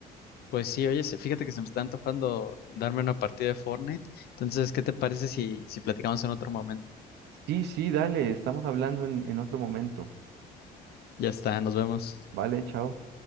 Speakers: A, on the left; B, on the right.
A: Pues sí, oye, se- fíjate que se me está antojando darme una partida de Fortnite. Entonces, ¿qué te parece si, si platicamos en otro momento?
B: Sí, sí, dale, estamos hablando en, en otro momento.
A: Ya está, nos vemos.
B: Vale, chao.